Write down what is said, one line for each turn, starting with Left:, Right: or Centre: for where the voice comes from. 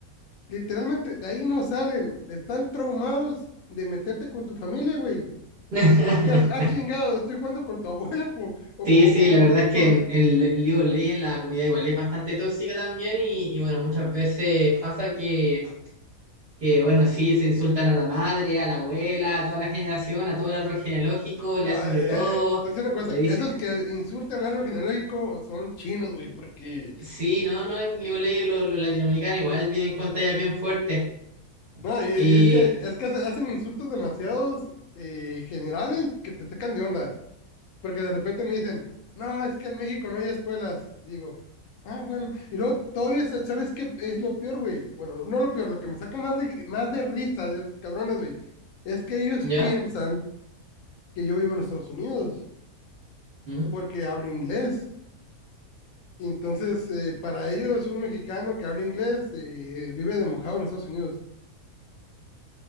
Left: Literalmente, de ahí no salen. Están traumados de meterte con tu familia, güey.
Right: <laughs>
Left: Te quedas, ah, chingado, estoy jugando con tu abuelo con- o,
Right: Sí,
Left: con- o
Right: sí,
Left: con-
Right: la
Left: o con...
Right: verdad es
Left: No,
Right: que en, en Le- League of Legends la comunidad igual es bastante tóxica también y, y bueno, muchas veces pasa que, que, bueno, sí, se insultan a la madre, a la abuela, a toda la generación, a todo el árbol genealógico, le
Left: no,
Right: hacen
Left: eh,
Right: de todo,
Left: eh, eh, te voy a decir una cosa,
Right: le dicen,
Left: esos
Right: <laughs>
Left: que insultan al árbol genealógico son chinos, güey, porque...
Right: sí, no, no, en League of Legends lo- los, latinoamericanos igual vienen con tallas bien fuertes.
Left: No, y y
Right: Y,
Left: es que, es que hace- hacen insultos demasiados eh, generales que te sacan de onda, porque de repente me dicen, no, es que en México no hay escuelas. Digo, ah, bueno, y luego todavía, se- ¿sabes qué es lo peor, güey? Bueno, no no lo peor, lo que me saca más de, más de risa de esos cabrones, güey, es que ellos
Right: ¿ya?
Left: piensan que yo vivo en Estados Unidos,
Right: Ujú.
Left: porque hablo inglés. Y Entonces, eh, para ellos, un mexicano que habla inglés eh, vive de mojado en Estados Unidos. <clears throat>